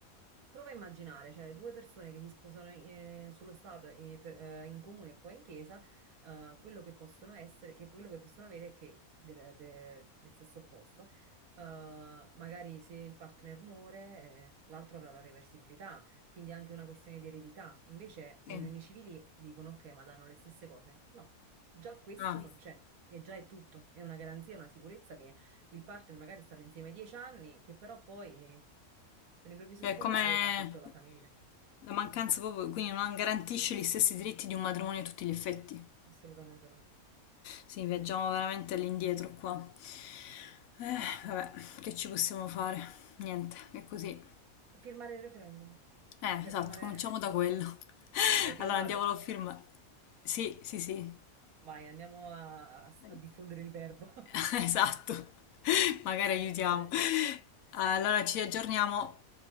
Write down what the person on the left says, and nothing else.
Sì.
Ah,
cioè
come
la mancanza proprio, quindi non garantisce gli stessi diritti di un matrimonio a tutti gli effetti.
Sì, viaggiamo veramente all'indietro qua. Eh, vabbè, che ci possiamo fare? Niente, è così.
Eh,
esatto,
cominciamo da quello. <laughs>
Allora andiamolo a firmare. Sì, sì, sì.
<laughs>
Esatto. <laughs> Magari aiutiamo.
Allora ci aggiorniamo.